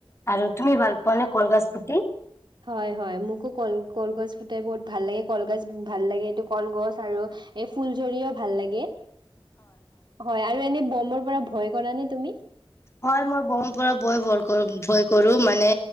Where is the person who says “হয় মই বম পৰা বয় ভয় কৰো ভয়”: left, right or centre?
Left